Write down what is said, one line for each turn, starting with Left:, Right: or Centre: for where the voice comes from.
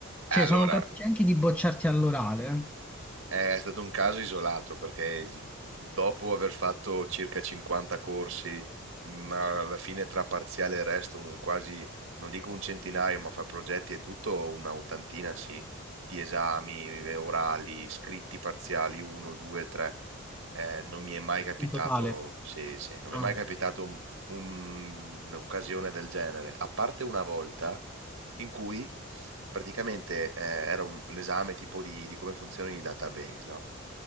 Centre: Cioè,
Right: Allora,
Centre: sono capaci
Right: <laughs>
Centre: anche di bocciarti all'orale, eh,
Right: È stato un caso isolato perché s- dopo aver fatto circa 50 corsi, ma alla fine tra parziale e resto, un quasi, non dico un centinaio, ma fra progetti e tutto, una ottantina sì, di esami eh, orali, scritti parziali, uno, due, tre. Eh, non mi è mai capitato,
Centre: in totale.
Right: sì, sì, non
Centre: Ah.
Right: mi è mai capitato un- un- un'occasione del genere, a parte una volta in cui praticamente eh, era un, l'esame tipo di, di come funzionano i database, no?